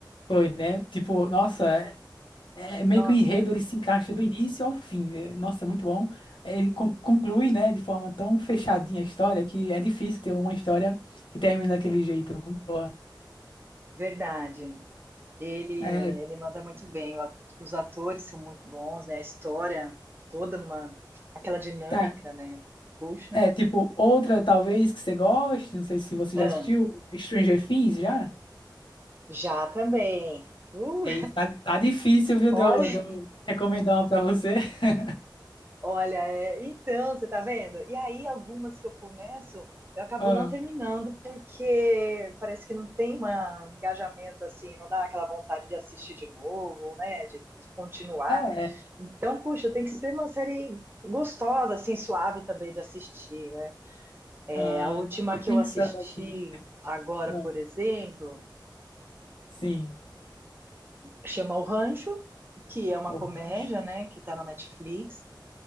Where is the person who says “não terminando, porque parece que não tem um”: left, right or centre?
Right